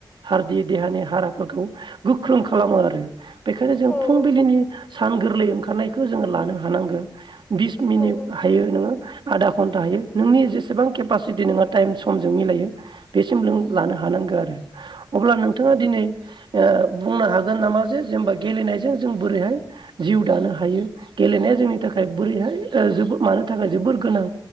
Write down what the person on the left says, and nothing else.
औ
औ
नंगौ